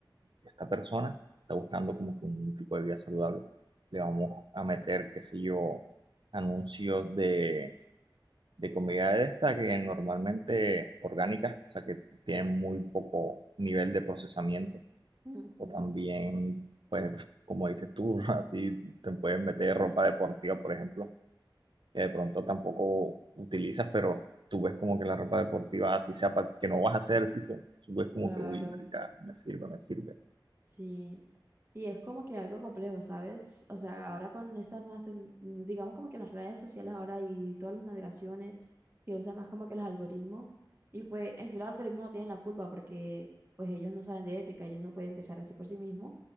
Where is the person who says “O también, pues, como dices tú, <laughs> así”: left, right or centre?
Right